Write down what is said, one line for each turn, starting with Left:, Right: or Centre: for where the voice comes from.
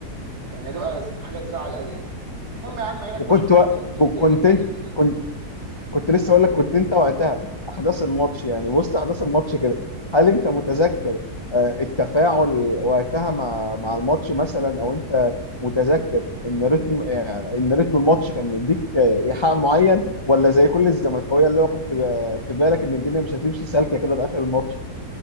Right: كان هتبقى حاجه تزعل قوي يعني المهم يا عم عينك
Left: وكنت
Right: ما اشوف
Left: و...
Right: الا النور تك
Left: وكنت
Right: تك
Left: انت
Right: تك تك
Left: كنت كنت لسه اقول لك كنت انت وقتها احداث الماتش يعني وسط احداث الماتش كده هل انت متذكر آه، التفاعل وقتها مع مع الماتش مثلا او انت متذكر ان رتم آه، ان رتم الماتش كان مديك آه، ايحاء معين ولا زي كل الزملكاويه اللي هو كنت ب- في بالك ان الدنيا مش هتمشي سالكه كده لاخر الماتش